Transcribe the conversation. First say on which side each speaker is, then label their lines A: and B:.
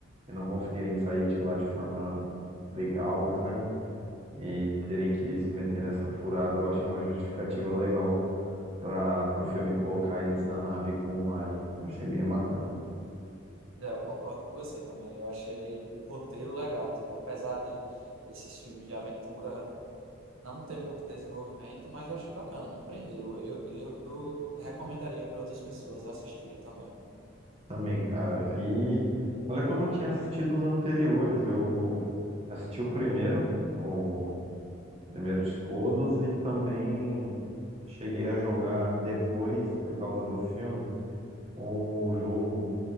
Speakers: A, on the right; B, on the right.
A: e não conseguirem sair de lá de forma legal, sabe? E terem que se meter nessa furada, eu achei uma justificativa legal para o filme colocar eles na nave com um alien. Achei bem bacana.
B: É, eu concordo com você também. Eu achei o roteiro legal, tipo, apesar de esses filmes de aventura não ter muito desenvolvimento, mas eu achei bacana, me prendeu. Eu, eu recomendaria para outras pessoas assistirem também.
A: Também, cara. E olha que eu não tinha assistido os anteriores. Eu assisti o primeiro, o primeiro de todos, e também cheguei a jogar depois, por causa do filme, o jogo